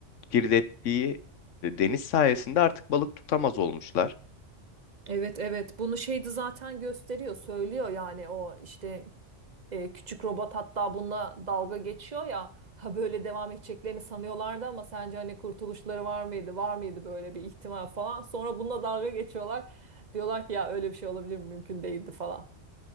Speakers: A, on the left (about 80°); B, on the right (about 40°).
A: kirlettiği e, deniz sayesinde artık balık tutamaz olmuşlar.
B: Evet evet bunu şeydi zaten gösteriyor söylüyor yani o işte e, küçük robot hatta bununla dalga geçiyor ya ha böyle devam edeceklerini sanıyorlardı ama sence hani kurtuluşları var mıydı var mıydı böyle bir ihtimal falan sonra bununla dalga geçiyorlar diyorlar ki ya öyle bir şey olabilir mi mümkün değildi falan.